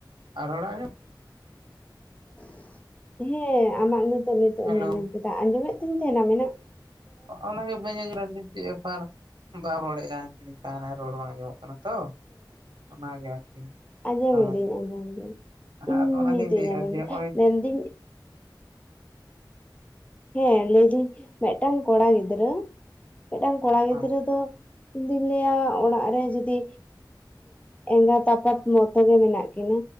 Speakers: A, on the right; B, on the left.
A: ᱟᱨ ᱨᱚᱲ ᱟᱸ
B: <inaudible> ᱦᱮᱸ ᱟᱢᱟᱜ ᱱᱤᱛᱚᱜ ᱱᱤᱛᱚᱜ
A: ᱦᱮᱞᱳ
B: ᱤᱧ ᱟᱸᱡᱚᱢ ᱠᱮᱫᱟ ᱟᱸᱡᱚᱢᱮᱫ ᱛᱤᱧ ᱛᱟᱦᱮᱱᱟ ᱮᱱᱟᱝ?
A: ᱚᱱᱟᱜᱮ ᱵᱟᱹᱧ ᱟᱸᱡᱚᱢᱮᱫ ᱫᱚ ᱪᱮᱫ ᱵᱮᱯᱟᱨ ᱵᱟᱢ ᱨᱚᱲᱮ ᱟ <unintelligible> ᱨᱚᱲ ᱵᱟᱝ ᱟᱸᱢᱚᱢᱚᱜ ᱠᱟᱱᱟ᱾ ᱛᱚ ᱚᱱᱟᱜᱮ ᱟᱨᱠᱤ
B: ᱟᱸᱡᱚᱢ
A: ᱦᱳᱭ
B: ᱤᱫᱟᱹᱧ ᱟᱸᱡᱚᱢ ᱫᱟᱹᱧ ᱤᱧ
A: ᱟᱫᱚ ᱚᱱᱟᱜᱤᱧ
B: ᱱᱤᱛᱤᱧ
A: ᱞᱟᱹᱭᱮᱫᱼᱟ
B: ᱟᱸᱡᱚᱢᱟ
A: ᱡᱮ ᱱᱚᱜᱼᱚᱭ
B: ᱢᱮᱱᱫᱟᱹᱧ ᱦᱮᱸ ᱞᱟᱹᱭ ᱫᱟᱹᱧ ᱢᱤᱫᱴᱟᱝ ᱠᱚᱲᱟ ᱜᱤᱫᱽᱨᱟᱹ ᱢᱤᱫᱴᱟᱝ ᱠᱚᱲᱟ ᱜᱤᱫᱽᱨᱟᱹ
A: ᱦᱳᱭ
B: ᱫᱚ ᱤᱧ ᱫᱩᱧ ᱞᱟᱹᱭᱟ ᱚᱲᱟᱜ ᱨᱮ ᱡᱩᱫᱤ ᱮᱸᱜᱟᱛ ᱟᱯᱟᱛ ᱢᱚᱛᱚ ᱜᱮ ᱢᱮᱱᱟᱜ ᱠᱤᱱᱟᱹ